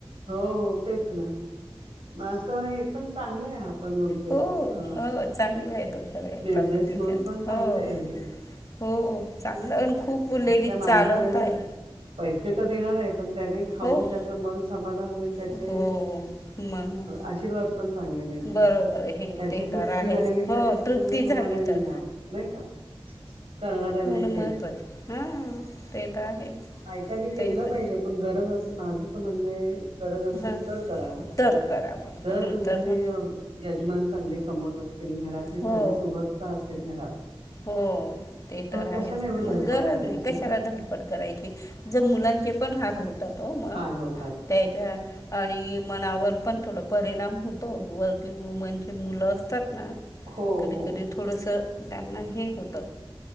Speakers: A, on the right; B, on the left.
A: हो हो तेच ना, मग असं हे पण चांगलं ये, आप पण म्हणजे
B: हो
A: अ
B: हो चांगला ये तो <unintelligible> क्लाउड
A: बिझनेस
B: किचनचा
A: म्हणून पण चांगलं
B: हो,
A: आहे
B: हो. चांगलं आणि खूप लेडीज
A: त्या माणसाने
B: चालवत आहे.
A: पैसे तर देणार आहे. पण त्याने खाऊन
B: हो
A: त्याच मन समाधान होईल त्याचे
B: हो मग
A: आशिर्वाद पण चांगले मिळतील
B: बरोबर हे
A: त्याची
B: ते
A: तृप्ती
B: तर आहेच
A: झालेली
B: हो
A: त्याचा
B: तृप्ती
A: पुण्य
B: झाली
A: तुम्हाला ही
B: तर
A: लाभ नाही का करणाऱ्यालाही
B: महत्वाच
A: भेटत
B: हा ते तर आहेच
A: बायकांनी केलं
B: तेच त
A: पाहिजे पण गरज असं माझं तर म्हणणंय गरज असेल
B: हां
A: तर कराव
B: तर करा बघ
A: जर तुमचे
B: तर मग
A: यजमान चांगले कमवत असतील घरातली
B: हो
A: सगळी सुबत्ता असेल घरात
B: हो ते तर
A: कशाला
B: आहेच
A: एवढी
B: मग
A: धडपड
B: गरज
A: करायची
B: नाही कशाला
A: ना
B: धडपड करायची. जर मुलांचे पण हाल होतात हो मग
A: हाल होतात.
B: त्याच्या आणि मनावर पण थोड परिणाम होतो वर्किंग वुमनचे मुलं असतात ना
A: हो
B: कधीकधी
A: हो.
B: थोडंसं त्यांनाही होतं.